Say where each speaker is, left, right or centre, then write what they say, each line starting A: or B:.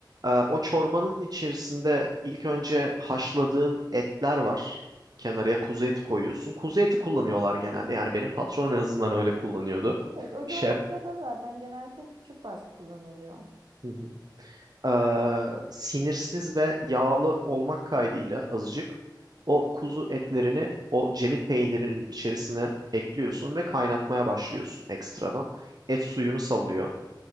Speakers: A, on the right; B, on the right.
A: E, o çorbanın içerisinde ilk önce haşladığın etler var. Kenarıya kuzu eti koyuyorsun. Kuzu eti kullanıyorlar genelde. Yani benim patron en azından öyle kullanıyordu.
B: Evet, o coğrafyada
A: Şef.
B: zaten genellikle küçükbaş kullanılıyor.
A: Hı hı. Ee, sinirsiz ve yağlı olmak kaydıyla azıcık o kuzu etlerini o cemit peynirinin içerisine ekliyorsun ve kaynatmaya başlıyorsun ekstradan. Et suyunu salıyor